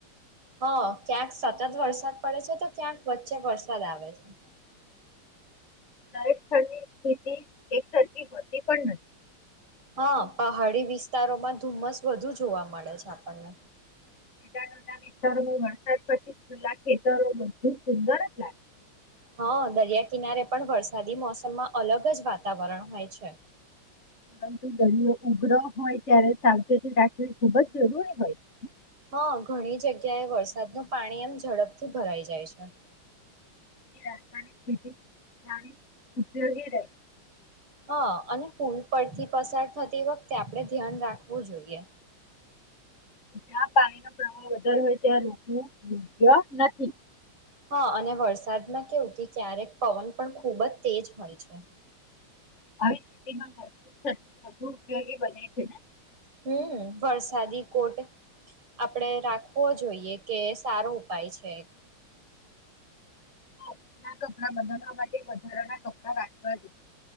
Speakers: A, on the right (about 85°); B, on the left (about 35°).
A: હા, ક્યાંક સતત વરસાદ પડે છે, તો ક્યાંક વચ્ચે વરસાદ આવે છે. <inaudible>
B: દરેક સ્થળની સ્થિતિ એક સરખી હોતી પણ નથી.
A: હા, પહાડી વિસ્તારોમાં ધુમ્મસ વધુ જોવા મળે છે. આપણને
B: <unintelligible> ખેતરોમાં વરસાદ પછી ખુલ્લા ખેતરો બધું સુંદર જ લાગે.
A: હા, દરિયા કિનારે પણ વરસાદી મોસમમાં અલગ જ વાતાવરણ હોય છે.
B: પરંતુ, દરિયો ઉગરો હોય ત્યારે સાવચેતી રાખવી ખુબજ જરૂરી હોય છે.
A: હા, ઘણી જગ્યાએ વરસાદનું પાણી એમ ઝડપથી ભરાઈ જાય છે.
B: રાસાયણિક ખેતી <unintelligible> ઉપયોગી <unintelligible>
A: હા અને પુલ પરથી પસાર થતી વખતે આપડે ધ્યાન રાખવું જોઈએ.
B: જ્યાં પાણીનો પ્રવાહ વધારે હોય ત્યાં રૂકવું યોગ્ય નથી.
A: હા અને વરસાદમાં કેવું કે ક્યારેક પવન પણ ખૂબ જ તેજ હોય છે. હ <inaudible>
B: આવી સ્થિતિમાં મજબૂત જ વધુ ઉપયોગી બને છે ને
A: હમ્મ વરસાદી કોટ આપણેે રાખવો જોઈએ. કે સારો ઉપાય છે એક.
B: હા જુના કપડા બદલવા માટે વધારાના કપડા રાખવા જો